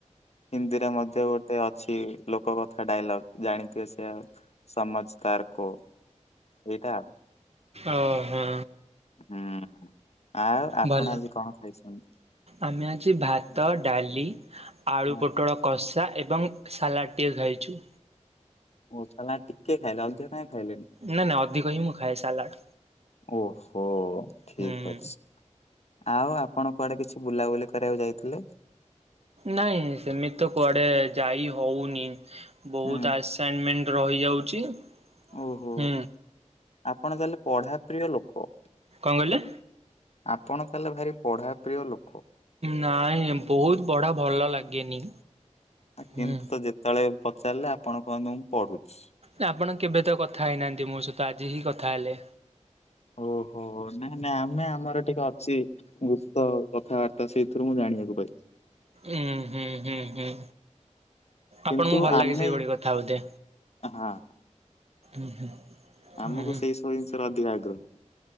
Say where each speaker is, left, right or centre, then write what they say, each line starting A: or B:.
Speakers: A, on the left; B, on the right.
A: ହିନ୍ଦୀରେ ମଧ୍ୟ ଗୋଟେ ଅଛି ଲୋକକଥା ଡାଇଲଗ୍ ଜାଣିଥିବେ ସେଆକ୍ ସମଝ୍ ଦାର୍ କୋ ଏଇଟା।
B: ଓହୋ।
A: ହୁଁ ଆଉ ଆପଣ
B: ଭଲ
A: ଆଜି କଣ ଖାଇଛନ୍ତି?
B: ଆମେ ଆଜି ଭାତ ଡାଲି ଆଳୁ
A: ହଁ
B: ପୋଟଳ କଷା ଏବଂ ସଲାଡ୍ ଟିକେ ଖାଇଚୁ।
A: <unintelligible> ଟିକେ ଖାଇଲେ ଅଧିକ କାଇଁ ଖାଇଲେନି?
B: ନା ନା ଅଧିକ ହିଁ ମୁଁ ଖାଏ ସାଲାଡ଼
A: ଓହୋ ଠିକ୍
B: ହୁଁ
A: ଅଛି। ଆଉ ଆପଣ କୁଆଡେ କିଛି ବୁଲାବୁଲି କରିଆକୁ ଯାଇଥିଲେ?
B: ନାଇଁ ସେମିତି ତ କୁଆଡେ ଯାଇ ହଉନି ବୋହୁତ
A: ହୁଁ
B: ଆସ୍ ସାଇନମେଣ୍ଟ ରହିଯାଉଚି। ହୁଁ।
A: ଓହୋ ଆପଣ ତାହେଲେ ପଢାପ୍ରିୟ ଲୋକ।
B: କଁ କଇଲେ?
A: ଆପଣ ତାହେଲେ ଭାରି ପଢାପ୍ରିୟ ଲୋକ।
B: ନାଇଁ ବୋହୁତ ବଢା ଭଲ ଲାଗେନି।
A: ଆ କିନ୍ତୁ
B: ହୁଁ।
A: ତ ଯେତବେଳେ ବି ପଚାରିଲେ ଆପଣ କୁହନ୍ତି ମୁଁ ପଢୁଛି।
B: ନା ଆପଣ କେବେ ତ କଥା ହେଇନାଆନ୍ତି ମୋ ସହିତ ଆଜି ହି କଥା ହେଲେ।
A: ଓହୋ ନାଇଁ ନାଇଁ ଆମେ ଆମର ଟିକେ ଅଚି ଗୁପ୍ତ କଥାବାର୍ତ୍ତା ସେଇଥୁରୁ ମୁଁ ଜାଣିବାକୁ ପାଇଚି।
B: ଉଁ ହୁଁ ହୁଁ ହୁଁ।
A: କିନ୍ତୁ
B: ଆପଣଙ୍କୁ ଭଲ
A: ଆମେ
B: ଲାଗେ ସେଇଭଳି କଥା ବୋଧେ?
A: ହଁ
B: ଉଁ ହୁଁ।
A: ଆମୁକୁ
B: ହୁଁ
A: ସେଇ ସବୁ ଜିନିଷରେ ଅଧିକ ଆଗ୍ରହ।